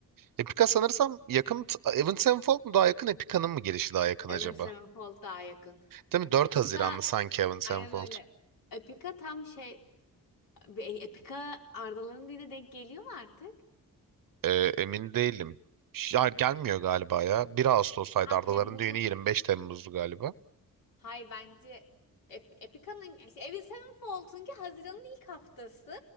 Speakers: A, on the right; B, on the left.
A: Epica sanırsam yakın Avenged Sevenfold mu daha yakın Epica'nın mı girişi daha yakın
B: Avenged
A: acaba?
B: Sevenfold daha yakın.
A: Değil mi? 4
B: Epica
A: Haziranlı sanki Avenged Sevenfold.
B: aynen öyle. Epica tam şey Epika Arda'ların dine denk geliyor mu artık?
A: Ee, emin değilim. Ya gelmiyor galiba ya. 1 Ağustos'taydı
B: Ha
A: Ardaların
B: Temmuz'un
A: düğünü 25 Temmuz'du galiba.
B: Hay bence Ep- Epica'nın işte Avenged Sevenfold'unki Haziran'ın ilk haftası.